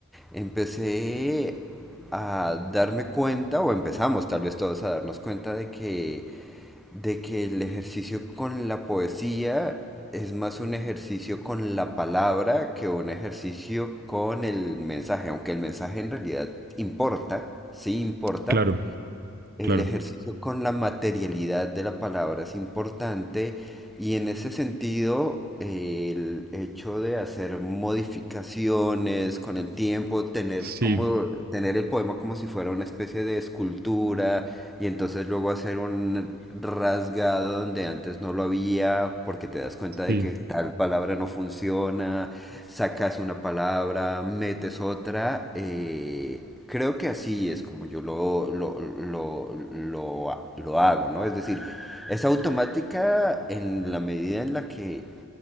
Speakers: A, in the centre; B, on the right.
A: empecé a darme cuenta, o empezamos tal vez todos a darnos cuenta de que, de que el ejercicio con la poesía es más un ejercicio con la palabra que un ejercicio con el mensaje, aunque el mensaje en realidad importa, sí importa,
B: claro,
A: el
B: claro.
A: ejercicio con la materialidad de la palabra es importante y en ese sentido eh, el hecho de hacer modificaciones con el tiempo, tener
B: Sí,
A: como tener el poema como si fuera una especie de escultura y entonces luego hacer un rasgado donde antes no lo había porque te das cuenta de
B: sí.
A: que tal palabra no funciona sacas una palabra, metes otra. eh, creo que así es como yo lo, lo, lo, lo- lo hago, ¿no? Es decir, es automática en la medida en la que,